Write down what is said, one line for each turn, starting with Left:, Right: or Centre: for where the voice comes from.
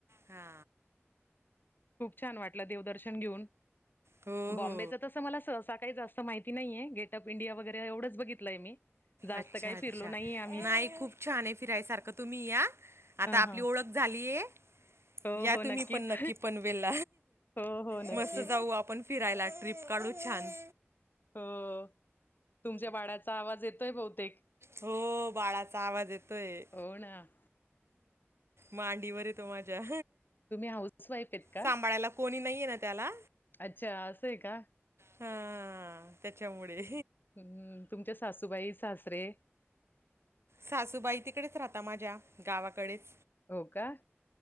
Right: हा.
Left: खूप छान वाटलं देवदर्शन घेऊन
Right: हो
Left: बॉम्बे.
Right: हो
Left: तसं मला सहसा जास्त काय माहिती नाहीये? गेट ऑफ इंडिया वगैरे एवढंच बघितलंय मी. जास्त
Right: अच्छा
Left: काही
Right: अच्छा
Left: फिरलो नाहीये आम्ही.
Right: नाही खूप छान आहे, फिरायसारखं तुम्ही या. आता
Left: ह
Right: आपली
Left: हा
Right: ओळख झालीए,
Left: हो
Right: या
Left: हो
Right: तुम्ही
Left: नक्कीच.
Right: पण नक्की पणवेल.
Left: हो हो नक्कीच.
Right: मस्त जाऊ आपण फिरायला ट्रिप काढू छान
Left: हो तुमच्या बाळाचा आवाज येतोय बहुतेक?
Right: हो बाळाचा आवाज येतोय.
Left: होना.
Right: मांडीवर येतो माझ्या
Left: तुम्ही हाऊस वाईफ आहेत का?
Right: सांभाळायला कोणी नाहीय आहे ना त्याला?
Left: अच्छा असं आहे का?
Right: हा आ त्याच्यामुळे
Left: हम्म तुमच्या सासूबाई, सासरे
Right: सासूबाई तिकडेच राहता माझ्या गावाकडेच
Left: हो का?